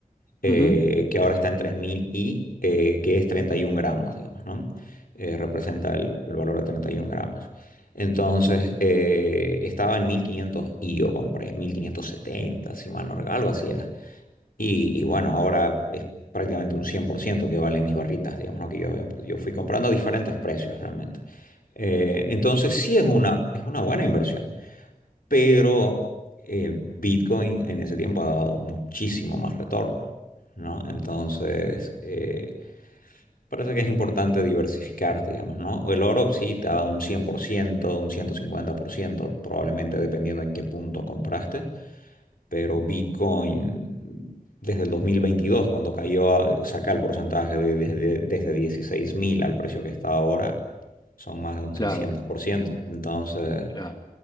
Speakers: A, on the left; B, on the left.
A: eh,
B: Ujú,
A: que ahora está en 3.000 y eh, que es 31 gramos, digamos, ¿no? Eh, representa el, el valor de 31 gramos. Entonces, eh, estaba en 1.500 y yo compré mil quinientos setenta si mal no recuerdo, algo así era. Y, y bueno, ahora es prácticamente un 100% que valen mis barritas, digamos, ¿no? Que yo, yo fui comprando a diferentes precios realmente. Eh, entonces, sí es una, es una buena inversión pero eh, Bitcoin en ese tiempo ha dado muchísimo más retorno, ¿no? Entonces, eh, parece que es importante diversificar, digamos, ¿no? O El oro sí te ha dado un 100%, un ciento, cincuenta por ciento, probablemente dependiendo en qué punto compraste, pero Bitcoin... Desde el 2022 cuando cayó, a- saca el porcentaje de- desde, desde 16 mil al precio que está ahora, son más de un
B: Claro,
A: seiscientos por ciento, Entonces,
B: claro.